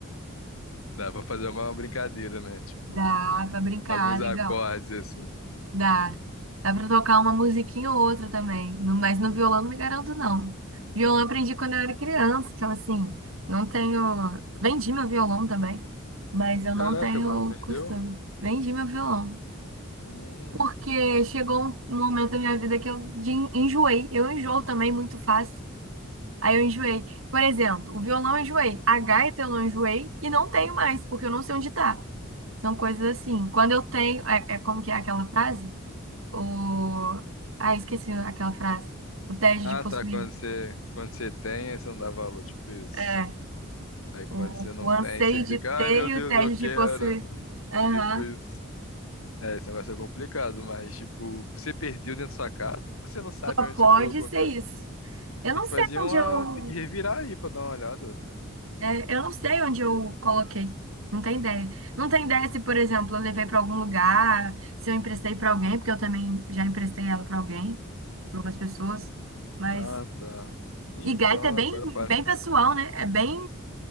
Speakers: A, on the left; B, on the right.
A: Dá pra fazer uma brincadeira, né? Tipo,
B: Dá pra brincar,
A: alguns acordes
B: legal.
A: assim.
B: Dá. Dá pra tocar uma musiquinha ou outra também. No- Mas no violão não me garanto, não. Violão eu aprendi quando eu era criança, então assim, não tenho. Vendi meu violão também, mas eu
A: Caraca,
B: não tenho
A: mas vendeu?
B: costume. Vendi meu violão.
A: Hum.
B: porque chegou um um momento da minha vida que eu de- enjoei. Eu enjoo também muito fácil. Aí eu enjoei. Por exemplo, o violão eu enjoei, a gaita eu não enjoei e não tenho mais, porque eu não sei onde tá. São coisas assim. Quando eu tenho. É, é como que é aquela frase? O... Ah, esqueci aquela frase. O tédio
A: Ah,
B: de possuir.
A: tá. Quando você, quando você tem, aí você não dá valor, tipo isso.
B: É.
A: Aí quando
B: O,
A: você não
B: o anseio
A: tem, você fica,
B: de ter
A: ai meu
B: e
A: Deus,
B: o tédio
A: eu quero.
B: de possuir. Aham.
A: Tipo isso. É, esse negócio é complicado, mas tipo, você perdeu dentro da sua casa ou você não sabe
B: Só
A: onde
B: pode
A: você colocou
B: ser
A: mesmo?
B: isso. Eu
A: Tem
B: não
A: que
B: sei
A: fazer
B: onde
A: uma.
B: eu
A: Tem que revirar aí pra dar uma olhada.
B: É, eu não sei onde
A: Ver.
B: eu coloquei. Não tenho ideia. Não tenho ideia se, por exemplo, eu levei para algum lugar, se eu emprestei para alguém, porque eu também já emprestei ela para alguém, para umas pessoas. Mas.
A: Ah, tá. Ih,
B: E gaita
A: então
B: é bem,
A: agora para.
B: bem pessoal, né? É bem